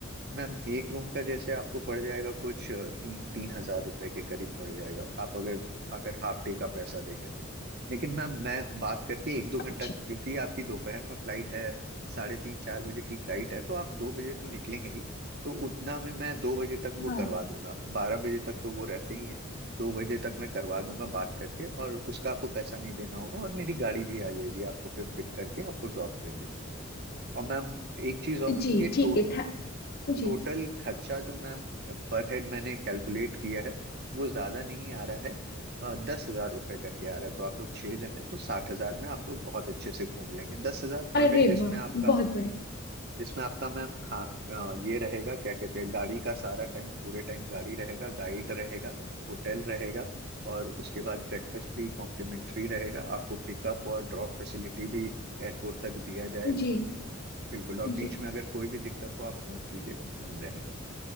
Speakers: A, on the right; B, on the left.
A: मैम एक रूम का जैसे आपको पड़ जाएगा कुछ अ, तीन तीन हजार रुपए के करीब पड़ जाएगा आप अगर अगर हाफ डे का पैसा देंगे तो लेकिन मैम मैं बात करके एक दो घंटा
B: अच्छा
A: क्योंकि आपकी दोपहर में फ्लाइट है साढ़े तीन चार बजे की फ्लाइट है तो आप दो बजे तो निकलेंगे ही तो उतना में मैं दो बजे तक वो
B: हाँ
A: करवा दूंगा बारह बजे तक तो वो रहते ही हैं दो बजे तक मैं करवा दूंगा बात करके और उसका आपको पैसा नहीं देना होगा और मेरी गाड़ी भी आ जाएगी आपको फिर पिक करके आपको ड्रॉप कर देगी और मैम एक चीज और
B: जी
A: ये
B: ठीक
A: टोट
B: है था जी
A: टोटल खर्चा जो मैम पर हेड मैंने कैलकुलेट किया है वो ज्यादा नहीं आ रहा है अ, दस हजार रुपये करके आ रहा है तो आप लोग छह जन है तो साठ हजार में आप लोग बहुत अच्छे से घूम लेंगे दस हजार
B: अरे
A: पर हेड जिसमें
B: वाह
A: आपका
B: बहुत बड़े
A: जिसमें आपका मैम खा अ, ये रहेगा क्या कहते हैं गाड़ी का सारा टाइम पूरे टाइम गाड़ी रहेगा गाइड रहेगा होटल रहेगा और उसके बाद ब्रेकफास्ट भी कॉम्प्लीमेंट्री रहेगा आपको पिकअप और ड्रॉप फैसिलिटी भी एयरपोर्ट तक दिया जाएगा
B: जी
A: बिल्कुल और
B: जी
A: बीच में अगर कोई भी दिक्कत हो आप फोन कीजिएगा हम रहेंगे